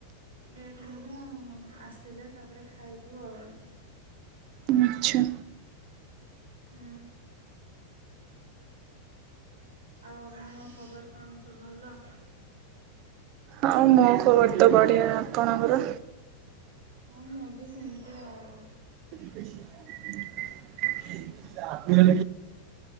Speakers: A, on the right; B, on the right.
A: ଲେଟ୍ ହେଲା ଆସ ଆସିଲେ ତାପରେ ଖାଇଲୁ ଆଉ।
B: ଆଚ୍ଛା।
A: ହୁଁ। ଆଉ ଆପଣଙ୍କ ଖବର କଣ ସବୁ ଭଲ?
B: ହଁ ମୋ ଖବର ତ ବଢିଆ। ଆପଣଙ୍କର?
A: ହଁ ମୁଁ ବି, ସେମିତି ଆଉ
B: <unintelligible> ଆପଣ <unintelligible>